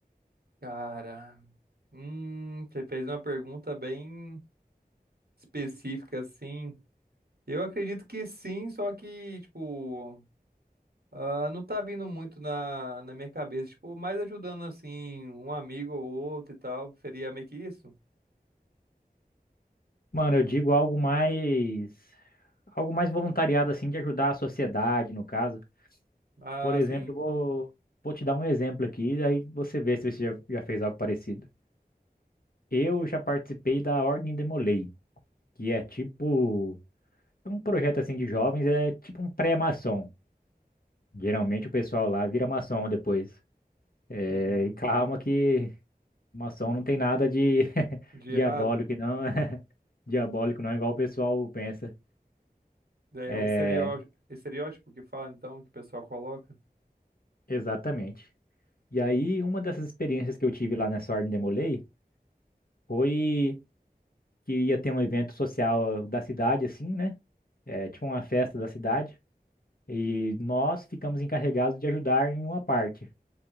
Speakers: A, on the right; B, on the left.
A: Cara, hum, você fez uma pergunta bem específica, assim. Eu acredito que sim, só que, tipo, ah, não tá vindo muito na, na minha cabeça. Tipo, mais ajudando, assim, um amigo ou outro e tal. Seria meio que isso?
B: Mano, eu digo algo mais. Algo mais voluntariado, assim, de ajudar a sociedade, no caso.
A: Ah,
B: Por exemplo,
A: sim.
B: eu vou, vou te dar um exemplo aqui, aí você vê se você já, já fez algo parecido. Eu já participei da Ordem Demolei, que é tipo. É um projeto assim de jovens, é tipo um pré-maçom. Geralmente o pessoal lá vira maçom depois. É,
A: Uhum.
B: e calma que maçom não tem nada de <laughs>
A: De
B: diabólico,
A: errado.
B: não. <laughs> Diabólico não, igual o pessoal pensa.
A: Daí
B: É,
A: é um estereó- estereótipo que fala, então, que o pessoal coloca.
B: exatamente. E aí, uma dessas experiências que eu tive lá nessa Ordem Demolei foi que ia ter um evento social da cidade, assim, né? É, tipo uma festa da cidade. E nós ficamos encarregados de ajudar em uma parte.